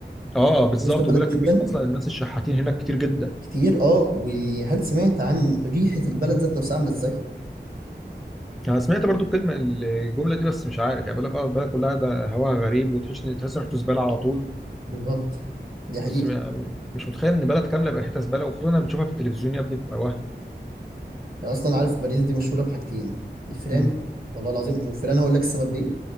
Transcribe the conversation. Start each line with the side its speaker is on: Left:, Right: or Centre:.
Centre: اه بالظبط
Right: وسط البلد
Centre: وبيقول
Right: جدا
Centre: لك كميه اصلا الناس الشحاتين هناك كتير جدا
Right: كتير اه وهل سمعت عن ريحة البلد ذات نفسها عاملة ازاي
Centre: انا سمعت برضو الكلمه الجمله دي بس مش عارف يعني بيقول لك اه البلد كلها ده هواها غريب وتحس ان تحس إن ريحته زباله على طول
Right: بالظبط دي
Centre: بس
Right: حقيقة
Centre: م- مش متخيل ان بلد كامله بقى ريحتها زباله وخصوصا لما بتشوفها في التلفزيون يا ابني بتبقى وهم
Right: يعني اصلا عارف باريس دي مشهورة بحاجتين الفيران
Centre: مم.
Right: والله العظيم والفيران هقول لك السبب ليه